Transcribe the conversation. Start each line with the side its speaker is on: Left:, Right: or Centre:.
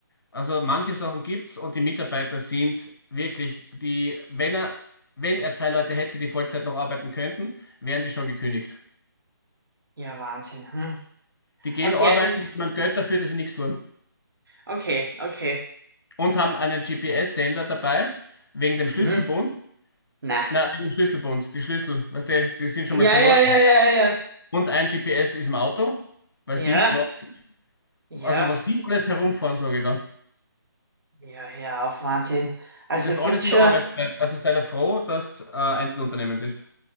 Left: Also manche Sachen gibt's und die Mitarbeiter sind wirklich die, wenn er, wenn er zwei Leute hätte, die Vollzeit noch arbeiten könnten, wären die schon gekündigt.
Right: Ja, Wahnsinn. Hm.
Left: Die gehen
Right: Okay,
Left: arbeiten,
Right: also, ich-
Left: wie man Geld dafür, dass sie nichts tun.
Right: okay, okay.
Left: Und haben einen GPS-Sender dabei, wegen dem Schlüsselbund.
Right: Hm, na.
Left: Na, wegen dem Schlüsselbund, die Schlüssel, weißt du, die sind schon
Right: Ja,
Left: mal verloren.
Right: ja, ja, ja, ja.
Left: Und ein GPS ist im Auto, weil
Right: Ja,
Left: es Dienstwagen ist.
Right: ja.
Left: Also was die alles herumfahren, sage ich da.
Right: Ja, hör auf, Wahnsinn. Also
Left: Und das
Right: gibt's
Left: alles in
Right: schon.
Left: der Arbeitszeit. Also sei da froh, dass du äh, Einzelunternehmen bist.